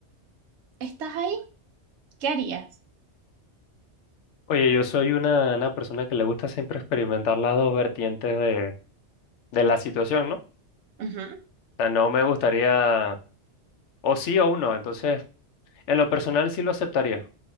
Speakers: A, on the right (about 75°); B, on the left (about 80°).
A: estás ahí. ¿Qué harías?
B: Oye, yo soy una, una persona que le gusta siempre experimentar las dos vertientes de, de la situación, ¿no? O
A: Ujú.
B: sea, no me gustaría o sí o uno. Entonces, En lo personal sí lo aceptaría,